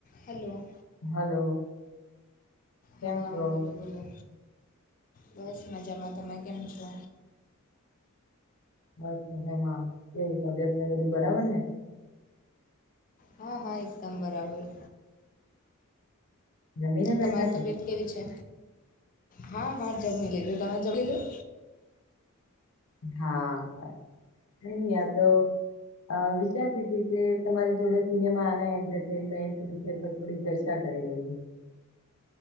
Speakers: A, on the left (about 40°); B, on the left (about 80°).
A: Hello.
B: Hello. કેમ
A: હા
B: છો?
A: બોલો-બોલો. બસ મજામાં. તમે કેમ છો?
B: બસ મજામાં. કેવી તબિયતને એ બધું બરાબર ને?
A: હા, હા એકદમ બરાબર.
B: જમીને
A: તમારી
B: બેઠા કે
A: તબિયત કેવી છે? હા, હા જમી લીધું. તમે જમી લીધું?
B: હા. <unintelligible> અહ વિસારતી તી, કે તમારી જોડે સિનેમા અને એન્ટરટેનમેન્ટ વિશે <unintelligible> થોડી ચર્ચા કરી લઈએ.